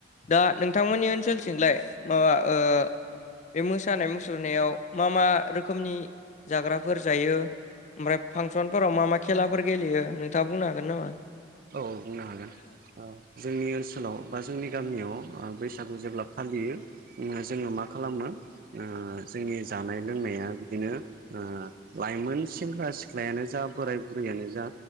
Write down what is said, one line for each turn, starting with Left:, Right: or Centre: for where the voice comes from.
Left: दा नोंथांमोननि ओनसोलथिंलाय माबा ओ बे मोसानाय मुसुरनायाव मा मा रोखोमनि जाग्राफोर जायो? ओमफ्राय फांसनफोराव मा मा खेलाफोर गेलेयो नोंथाङा बुंनो हागोन नामा?
Right: औ बुंनो हागोन। ओ जोंनि ओनसोलाव बा जोंनि गामियाव ओ बै सागु जेब्ला फालियो ओ जोङो मा खालामो ओ जोंनि जानाय लोंनाया बिदिनो ओ लाइमोन सेंग्रा सिख्लायानो जा बोराय बुरैयानो जा